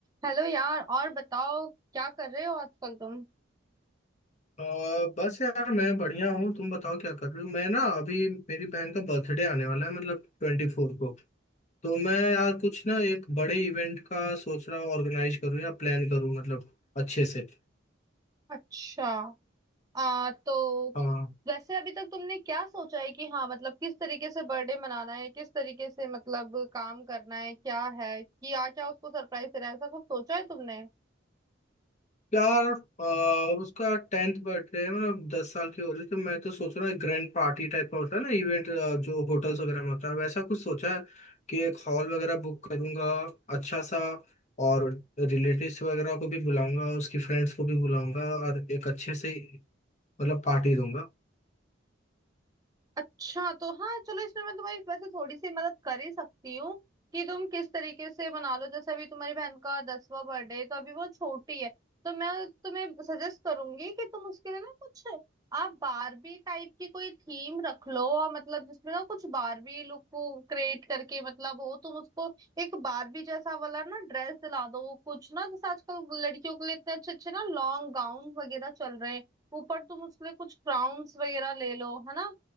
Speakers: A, on the right (about 20°); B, on the left (about 35°).
A: Hello यार और बताओ क्या कर रहे हो आजकल तुम
B: अ, बस यार मैं बढ़िया हूँ तुम बताओ क्या कर रहे हो मैं ना अभी मेरी बहन का बर्थडे आने वाला है मतलब ट्वेंटी फोर को तो मैं यार कुछ ना एक बड़े इवेंट का सोच रहा हूँ ऑर्गेनाइज करूँ या प्लान करूँ मतलब अच्छे से
A: अच्छा आ तो
B: हाँ
A: वैसे अभी तक तुमने क्या सोचा है कि हाँ मतलब किस तरीके से बर्थडे मनाना है किस तरीके से मतलब काम करना है क्या है कि क्या क्या उसको सरप्राइज देना है ऐसा कुछ सोचा है तुमने
B: यार अ, उसका टेंथ बर्थडे है मतलब दस साल की हो रही है, तो मैं तो सोच रहा हूँ एक ग्रैंड पार्टी टाइप का होता है ना इवेंट जो होटल्स वगैरह में होता है वैसा कुछ सोचा है कि एक हॉल वगैरह बुक करूंगा अच्छा सा और रिलेटिव्स वगैरह को भी बुलाऊंगा उसकी फ्रेंड्स को भी बुलाऊंगा और एक अच्छे से मतलब पार्टी दूंगा
A: अच्छा तो हाँ चलो इसमें मैं तुम्हारी वैसे थोड़ी सी मदद कर ही सकती हूँ कि तुम किस तरीके से मना लो जैसे अभी तुम्हारी बहन का दसवां बर्थडे है, तो अभी वो छोटी है तो मैं तुम्हें सजेस्ट करूंगी कि तुम उसके लिए ना कुछ आप बारबी टाइप की कोई थीम रख लो और मतलब जिसमें ना कुछ बारबी लुक को क्रिएट करके मतलब हो तुम उसको एक बारबी जैसा वाला ना ड्रेस दिला दो कुछ ना जैसे आजकल लड़कियों के लिए इतने अच्छे अच्छे ना लॉन्ग गाउन वगैरह चल रहे हैं ऊपर तुम उसके लिए कुछ क्राउन्स वगैरह ले लो है ना